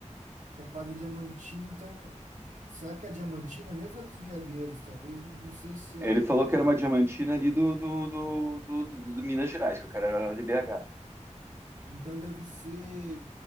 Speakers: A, on the right (about 85°); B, on the right (about 20°).
A: Chapada Diamantina. Então, será que é a Diamantina mesmo ou a dos Veadeiros? Talvez, não sei se
B: Ele
A: é.
B: falou que era uma diamantina ali do, do, do, do, do- do Minas Gerais, que o cara era lá de BH.
A: Então deve ser,